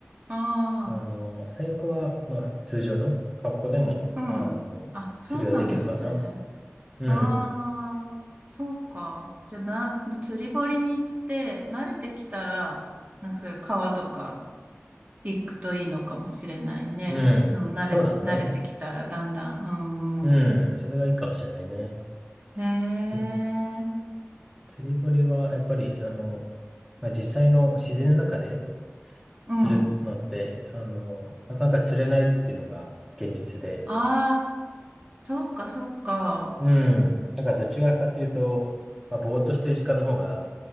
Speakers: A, on the right; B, in the centre.
A: あ
B: あの、最悪は、まあ、通常の格好でも、
A: あ、
B: あの、
A: うん。あ、そうなんだね。
B: 釣りはできるかな。うん。
A: ああ、そうか。じゃあな、釣り堀に行って、慣れてきたら、なんかそういう川とか行くといいのかもしれないね。
B: うん。
A: その慣れ、
B: そうだね。
A: 慣れてきたらだんだん。
B: うん。
A: うんう
B: それがいいかもしれないね。
A: ん。へえ、
B: つ釣り堀は、やっぱり、あの、まあ、実際の自然の中で
A: うん。
B: 釣るのって、あの、なかなか釣れないっていうのが現実で。
A: ああ、そうかそうか。
B: うん。だからどちらかというと、まあ、ぼーっとしてる時間の方が